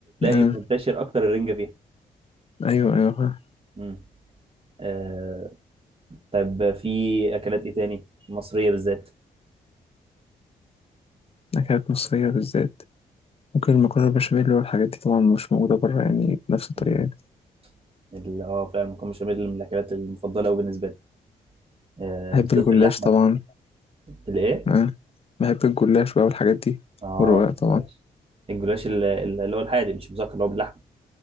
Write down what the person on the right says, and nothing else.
منتشر اكتر الرنجه فيها
مم. آه، طيب في اكلات ايه تاني مصريه بالذات
مم.
ال- اه فعلا المكرونه بشاميل من الاكلات المفضله قوي بالنسبه لي آه
بالذات
باللحمه
الايه
اه
الجلاش الجلاش ال- ال- اللي هو الحادق مش مذكر اللي هو باللحمه